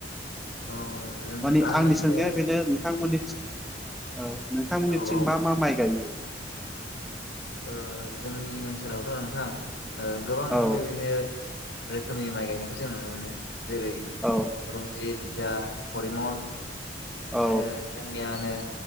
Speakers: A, on the left; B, in the centre.
A: अ जों
B: माने
A: आं
B: आंनि
A: मिथिनाय
B: सोंनाया बेनो नोंथांमोननि औ नोंथांमोननिथिं
A: औ औ
B: मा मा माइ गायो?
A: ओ जोंनि ओनसोलावथ' नोंथां ओ गोबां
B: औ
A: बेबायदिनो रोखोमनि माइ गायनायखौ जों नुनो मोनो। जेरै
B: औ
A: रन्जित जा फरिमल
B: औ
A: इदिनो
B: औ
A: जोंनियानो